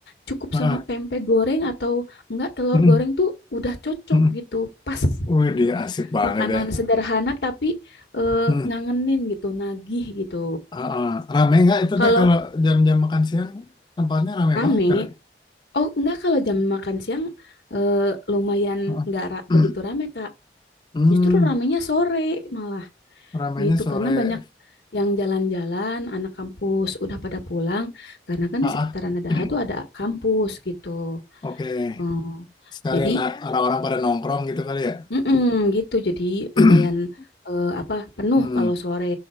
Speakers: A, on the left; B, on the left.
A: Cukup
B: Ah,
A: sama tempe goreng atau enggak telur
B: hmm,
A: goreng tuh udah cocok
B: hmm.
A: gitu, pas.
B: Widih,
A: Mm.
B: asik banget
A: Makanan
B: ya.
A: sederhana tapi eh,
B: Hmm.
A: ngangenin gitu, nagih gitu.
B: Ah, ah. Rame nggak itu
A: Kalau
B: teh kalau jam-jam makan siang tempatnya rame
A: rame,
B: banget kali.
A: oh enggak kalau jam makan siang eh, lumayan
B: Ah,
A: enggak ra-
B: ah.
A: begitu
B: <clears throat>
A: rame, Kak.
B: Hmm,
A: Justru ramenya sore malah
B: ramainya
A: gitu
B: sore.
A: karena banyak yang jalan-jalan, anak kampus udah pada pulang karena kan
B: Ah,
A: di sekitaran Dadaha
B: <clears throat>
A: tuh ada kampus gitu.
B: oke.
A: Hmm,
B: Sekalian
A: jadi
B: ah, Ya, orang-orang pada nongkrong gitu kali ya.
A: mm-mm, gitu jadi
B: <clears throat>
A: lumayan eh, apa penuh
B: Hmm,
A: kalau sore.